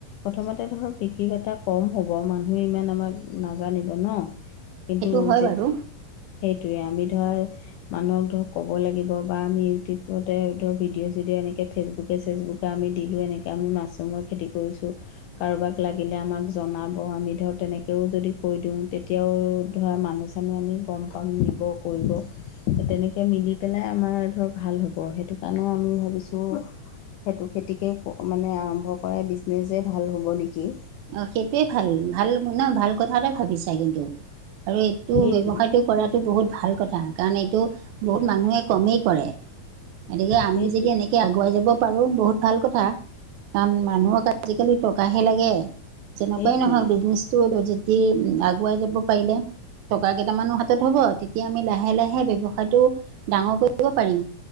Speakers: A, on the left (about 70°); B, on the right (about 85°).
A: প্ৰথমতে ধৰ বিক্ৰী বাৰ্তা কম হ'ব মানুহে ইমান আমাক নাজানিব ন'। কিন্তু
B: সেইটো হয়
A: যেতি
B: বাৰু
A: সেইটোৱে আমি ধৰ মানুহক ধৰক ক'ব লাগিব বা আমি ইউটিউবতে ধৰ ভিডিঅ' চিডিঅ' এনেকৈ ফেচবুকে চেচবুক', ত', আমি দিলোঁ এনেকে, আমি মাছৰুমৰ খেতি কৰিছোঁ', কাৰোবাক লাগিলে আমাক জনাব আমি ধৰ তেনেকৈও যদি কৈ দিওঁ তেতিয়াও ধৰা মানুহ', এনেও আমি গম পাম, নিব কৰিব সেই তেনেকৈ', মিলি পেলাই আমাৰ ধৰক ভাল হ'ব, সেইটো কাৰণে আমি ভাবিছোঁ', সেইটো, খেতিকে ক', মানে আৰম্ভ কৰাই বিজনেজে ভাল হ'ব নেকি?
B: অঁ', সেইটোৱে ভাল- ভাল মানে ভাল কথা এটা ভাবিছা কিন্তু, আৰু এইটো
A: সেইটোৱে
B: ব্যৱহাৰটো', কৰাটো বহুত ভাল কথা, কাৰণ এইটো বহুত মানুহে কমেই কৰে', গতিকে আমি
A: সেইটোৱে
B: যদি এনেকে', কে', আগুৱাই যাব পাৰোঁ বহুত ভাল কথা, কাৰণ মানুহক আজিকালি টকাহে লাগে', যেনেকুৱাই
A: সেইটোৱেই
B: নহওঁক বিজনেছটো যদি আগুৱাই যাব পাৰিলে', টকা কেইটামানো হাতত হ'ব, তেতিয়া আমি লাহে-লাহে ব্যৱসায়টো ডাঙৰ কৰিব পাৰিম',